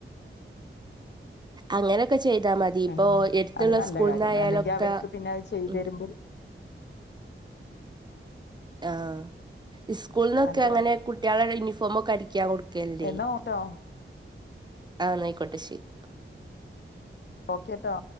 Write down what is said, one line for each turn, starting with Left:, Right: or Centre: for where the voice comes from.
Right: അങ്ങനൊക്കെ ചെയ്താ മതി ഇപ്പോഎട്ത്ത്ള്ള
Left: ആഹ് അത് നല്ല
Right: സ്കൂൾ
Left: കാര്യാണ്
Right: ന്നായാലൊക്കെ
Left: അല്ലെങ്കി അവർക്ക് പിന്നെ അത് ചെയ്ത്
Right: ണ്ട്.
Left: തരുമ്പോ
Right: ആഹ് സ്കൂൾന്നൊക്കെ
Left: അതെ
Right: അങ്ങനെ
Left: അതെ
Right: കുട്ട്യേ ളെ യൂണിഫോമൊക്കെ അടി ക്ക്യാൻ കൊട് എന്റെ
Left: എന്നാ ഓട്ടോ
Right: ആഹ് ന്നാ അയിക്കോട്ടെ ശെരി.
Left: ഓക്കേ ട്ടോ.